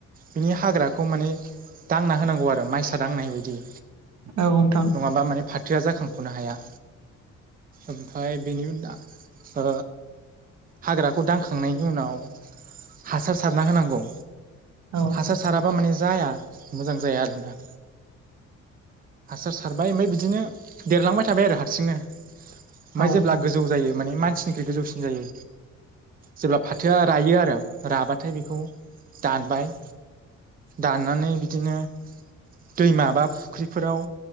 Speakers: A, on the right; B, on the right.
A: बिनि हाग्राखौ माने दांना होनांगौ आरो माइसा दांनाय बायदि।
B: औ नोंथां।
A: नङाबा माने फाथोआ जाखांख'नो हाया ओमफफ्राय बेनि ओ हाग्राखौ दांखांनायनि उनाव हासार सारना होनांगौ।
B: औ
A: हासार साराबा माने जाया मोजां जाया आरोना। हासार सारबाय ओमफ्राय बिदिनो देरलांबाय थाबाय आरो हारसिंनो। ओमफफ्राय
B: औ
A: जेब्ला गोजौ जायो माने मानसिनिख्रुइ गोजौसिन जायो जेब्ला फाथोआ रायो आरो राबाथाय बेखौ दानबाय दाननानै बिदिनो दैमा बा फुख्रिफोराव